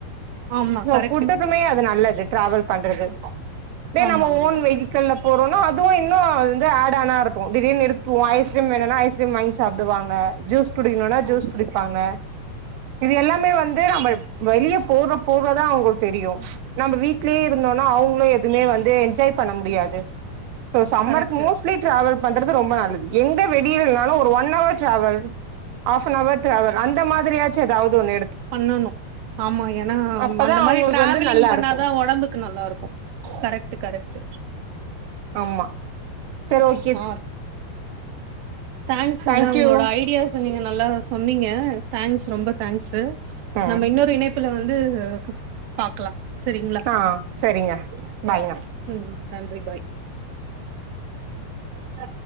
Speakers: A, on the right; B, on the right.
A: ஆமா
B: இந்த
A: கரெக்ட்டு
B: ஃபுட்டுக்குமே அது நல்லது ட்ராவல்ஸ் பண்றது இதே
A: ஆமா
B: நம்ம
A: ஆமா
B: ஓன் வெகிகி போறோம்னா அதுவும் இன்னும் ஆட ஆனா இருக்கும் திடீர்னு நிறுத்துவம் ஐஸ்்கிரீம் எடுத்து எதுனா ஐஸ்கிரீம் வாங்கி சாப்டுவாங்க ஜூஸ் புடிக்கலனா
A: ஆமா
B: ஜூஸ் குடிப்பாங்க இது எல்லாமே வந்து நம்ம வெளியே போக போகதான் அவங்களுக்கு தெரியும் நம்ம வீட்லயே இருந்தோம்னா அவங்களும் எதுவுமே வந்து என்ஜாய் பண்ண முடியாது அ so summer
A: correct
B: mostly travel பண் அடுத்து ரொம்ப நல்லது எங்க வெளில்னாலும் ஒரு one hour travel of never travel அந்த மாரியாச்சு ஏதாவது ஒன்னு
A: பண்ணணும் ஆமா ஏன்னா
B: அப்பதா
A: அந்த
B: அவங்களுக்கு
A: மாரி டிராவலிங்
B: வந்து நல்லா
A: பண்ணாதான்
B: இருக்கு
A: உடம்புக்கு நல்லா இருக்கும் கரெக்ட் கரெக்ட்
B: ஆமா சரி ஓகே
A: ஆ தேங்க்ஸுங்க
B: தேங்க்யூ
A: உங்களோட ஐடியாஸ் நீங்க நல்லா சொன்னீங்க தேங்க்ஸ் ரொம்ப தேங்க்ஸு
B: ம்
A: நம்ம இன்னொரு இணைப்புல வந்து பாக்கலாம் சரிங்களா
B: ஆ சரிங்க பாய்ங்க
A: ஆஹ ம் நன்றி பாய்
B: ச